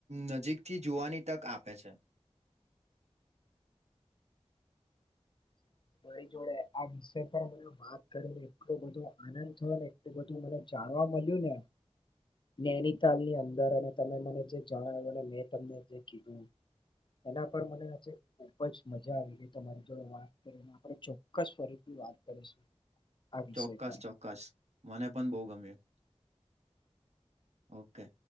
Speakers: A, on the right (about 75°); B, on the left (about 45°).
A: નજીકથી જોવાની તક આપે છે
B: રી જોડે આ વિષ પર મ વાત કરીને એટલોું બધો આનંદ થયો નેલ તું મને જાણવા મળ્યું ને. ૈનીતાાલની અંદર અને તમે મને જે જણાવ્યુંને મેં તમને જે કીધું. એના પર મને ખુબ જ મજા આવી રઈ તોરી. જો વાત કરીને આપણે ચોક્કસ ફરીથી વાત કરીશું. આ વિષય
A: ચોક્કસ
B: પર
A: ચોક્કસ મને પણ બહુ ગમ્યું. ઓકે.